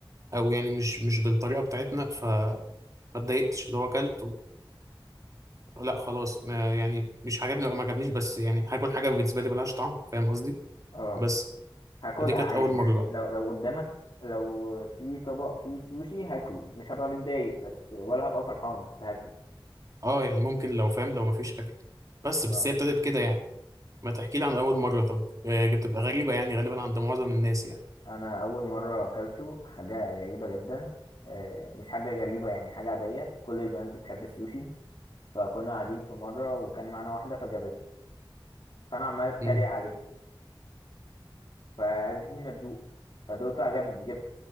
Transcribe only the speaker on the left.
اه
هاكلها
عادي
يعني لو لو قدامك لو في طبق فيه سوشي هاكله مش هبقى متضايق بس ولا هبقى فرحان بس هاكله
آه.
انا اول مره اكلته حاجه غريبه جدا آه، مش حاجه غريبه يعني حاجه عاديه كل البنات بتحب السوشي فكنا قاعدين في مره وكان معانا واحده فجابته فانا عمال اتريق
عليه فقالت لي ما تدوق فدوقته عجبني جبت